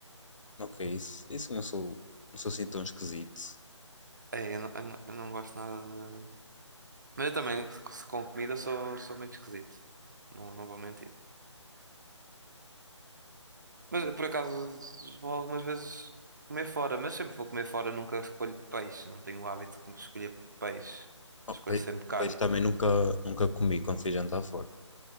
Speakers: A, on the left; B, on the right.
A: Ok, isso, isso eu não sou, não sou assim tão esquisito.
B: É, eu não, eu não, eu não gosto nada de. Mas eu também, se- com comida, sou, sou muito esquisito. Não, não vou mentir. Mas por acaso vou algumas vezes comer fora, mas sempre vou comer fora, nunca escolho peixe. Não tenho o hábito de escolher peixe.
A: Oh,
B: Escolho
A: pe-
B: sempre carne.
A: peixe também nunca, nunca comi quando fui jantar fora.